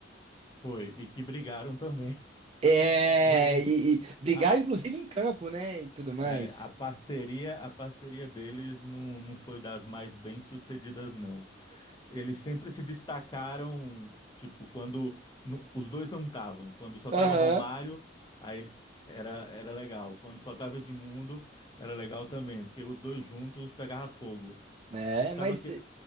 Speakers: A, on the left (about 25°); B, on the right (about 35°).
A: Foi, e que brigaram também.
B: É,
A: <laughs> Eles.
B: e, e brigaram
A: A,
B: inclusive em campo, né? E tudo mais.
A: é, a parceria a parceria deles não, não foi das mais bem-sucedidas, não. Eles sempre se destacaram, tipo, quando no- os dois não estavam. Quando só
B: Aham,
A: tava Romário, aí eles- era, era legal. Quando só tava Edmundo, era legal também, porque os dois juntos pegava fogo.
B: é,
A: Sabe
B: mas,
A: que